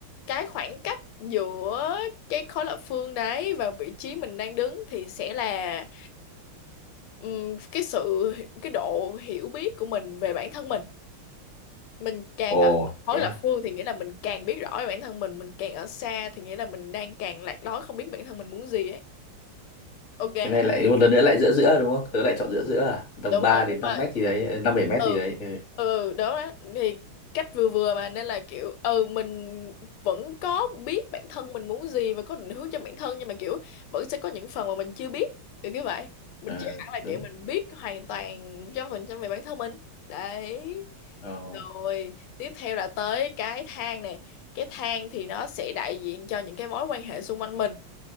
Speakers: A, on the left; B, on the left.
A: cái khoảng cách giữa cái khối lập phương đấy và vị trí mình đang đứng thì sẽ là ừm, cái sự cái độ hiểu biết của mình về bản thân mình mình càng
B: ồ
A: ở khối
B: thế à
A: lập phương thì nghĩa là mình càng biết rõ về bản thân mình mình càng ở xa thì nghĩa là mình đang càng lạc lối không biết bản thân mình muốn gì ấy ok
B: cái này lại một lần nữa lại giữa giữa đúng không tớ lại chọn giữa giữa à? tầm
A: đúng
B: 3
A: rồi
B: đến
A: đúng
B: năm
A: rồi
B: mét gì đấy ờ, năm bảy mét
A: ừ
B: gì đấy ừ
A: ừ đó á. thì cách vừa vừa mà nên là kiểu ừ mình vẫn có biết bản thân mình muốn gì và có định hướng cho bản thân nhưng mà kiểu vẫn sẽ có những phần mà mình chưa biết kiểu như vậy mình
B: Ờ,
A: chưa hẳn là
B: đúng
A: kiểu mình biết hoàn toàn một trăm phần trăm về bản thân mình đấy
B: ờ
A: rồi tiếp theo là tới cái thang này cái thang thì nó sẽ đại diện cho những cái mối quan hệ xung quanh mình